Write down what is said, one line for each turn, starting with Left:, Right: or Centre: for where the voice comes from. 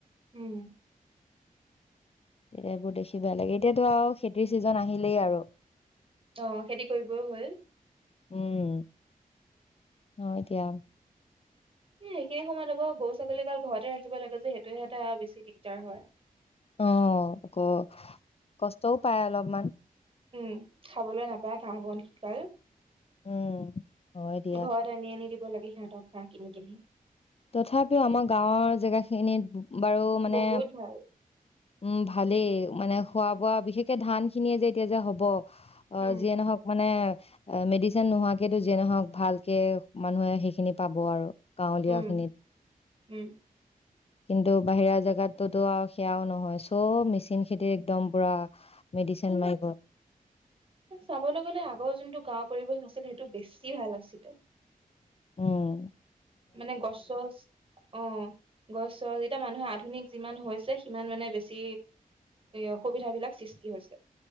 Right: উম
Left: এতিয়া এইবোৰ দেখি ভাল লাগে এতিয়াতো আৰু খেতিৰ ছিজন আহিলেই আৰু
Right: অ খেতি কৰিবও হল
Left: উম অঁ এতিয়া
Right: সেইখিনি সময়ত আকৌ গৰু ছাগলীকাল ঘৰতে ৰাখিব লাগে যে সেইটোে এটা বেছি দিগদাৰ হয়
Left: অঁ আকৌ কষ্টও পায় অলপমান
Right: উম খাবলৈ নাপায় ঘাঁহ বন শিকাল
Left: উম হয় দিয়া
Right: ঘৰ আনি আনি দিব লাগে সে ত খা কিন কিনি
Left: তথাপিও আমাৰ গাঁওৰ জেগা খিনিত বাৰু মানে
Right: বহুত ভাল
Left: উম ভালেই মানে খোৱা বোৱা বিশেষকৈ ধান খিনিয়ে যে এতিয়া যে হ'ব অঃ
Right: উম
Left: যিয়ে নহওক মানে মেডিচিন নোহোৱাকে যেনেহওক ভালকে মানুহে সেইখিনি পাব আৰু গাঁৱলীয়া
Right: উ
Left: খিনিত
Right: উম
Left: কিন্তু বাহিৰা জোগাতটোতো আৰু সেয়াও নহয় চ' মেচিন খেতি একদম পুৰা মেডিচিন মাৰিব
Right: চাবলৈ গলে আগৰ যোনটো গাওঁ পৰি আছিল সেইটো বেছি ভাল আছিল <unintelligible>
Left: উমমম
Right: মানে গছ চছ অঁ গছ চছ যেতিয়া মানুহে আধুনিক যিমান হৈছে সিমান মানে বেছি অসুবিধা বিলাক সৃষ্টি হৈছে